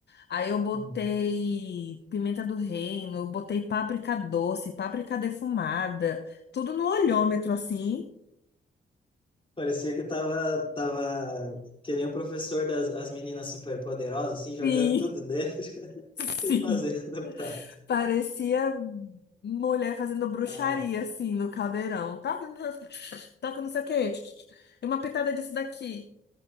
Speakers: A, on the left; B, on the left.
A: Aí eu botei
B: uhum.
A: pimenta do reino, eu botei páprica doce, páprica defumada, tudo no olhômetro assim.
B: Parecia que tava, tava que nem o professor das as meninas superpoderosas, assim, jogando
A: Sim,
B: tudo dentro <laughs>
A: <laughs>
B: e
A: sim.
B: fazendo o prato.
A: Parecia mulher fazendo bruxaria
B: Ah,
A: assim no caldeirão. Toca, toca não sei o quê. E uma pitada disso daqui.